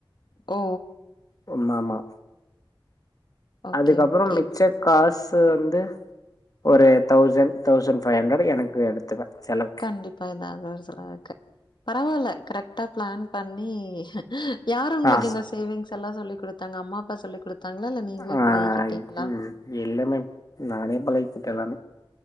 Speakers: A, on the left; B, on the left.
A: ஓ
B: ஓ மாமா
A: ஓகே,
B: அதுக்கப்பறொ
A: ஓகே.
B: மிச்சக் காசு வந்து ஒரு தௌசண் தௌசண்ட் ஃபை ஹண்ரட் எனக்கு எடுத்துக்வே செலவுக்
A: கண்டிப்பா ஏதாவது ஒரு செலவு இருக்கு பரவால்ல கரெக்ட்டா பிளான் பண்ணி யாரு உங்களுக்கு
B: ஆ
A: இந்த சேவிங்ஸ் எல்லா சொல்லி குடுத்தாங்க அம்மா அப்பா சொல்லி குடுத்தாங்களா இல்ல நீங்களே
B: ஆ
A: பழகிகிட்டீங்களா
B: ம் இல்ல மேம் நானே பழகிகிட்டே எல்லாமே